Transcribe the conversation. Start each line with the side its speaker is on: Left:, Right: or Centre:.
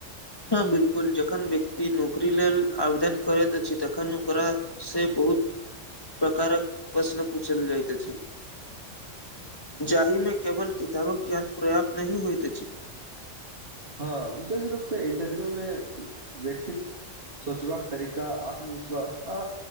Left: बिल्कुल जखन व्यक्ति नौकरी लेल आवेदन करैत अछि तखन ओकरा से बहुत प्रकारक प्रश्न पूछल जाइत अछि <unintelligible> जाहि मे केवल किताबक ज्ञान पर्याप्त नहि होइत अछी। <unintelligible>
Right: हां विशेष रूपसे इंटरव्यू मे व्यक्तिक सोचबाक तरीका आत्मविश्वास आ